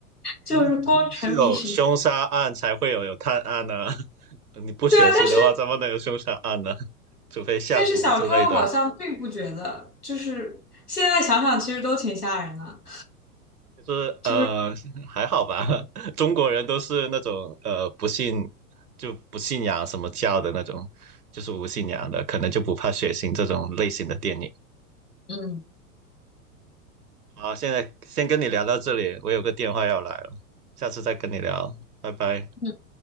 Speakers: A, on the left (about 85°); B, on the right (about 80°).
A: 就是光沉迷于。
B: 因为肯定是有凶杀案才会有有探案呢、<laughs> 你不血腥的话，
A: 对啊，但是
B: 怎么能有凶杀案呢？<laughs> 除非下毒之类的。
A: 但是小时候好像并不觉得，就是现在想想其实都挺吓人的，
B: 就是呃，
A: 就是
B: <laughs> 还好吧。<laughs> 中国人都是那种呃，不信就不信仰什么教的那种，就是无信仰的，可能就不怕血腥这种类型的电影。
A: 嗯
B: 好，现在先跟你聊到这里，我有个电话要来了，下次再跟你聊，拜拜。
A: 嗯，